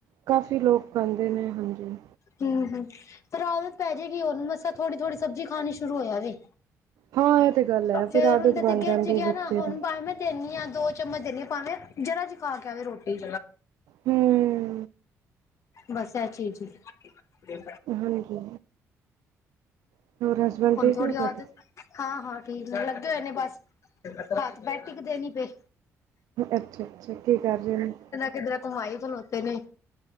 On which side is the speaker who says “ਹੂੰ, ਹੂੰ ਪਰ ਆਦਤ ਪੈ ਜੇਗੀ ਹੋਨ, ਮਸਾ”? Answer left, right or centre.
Left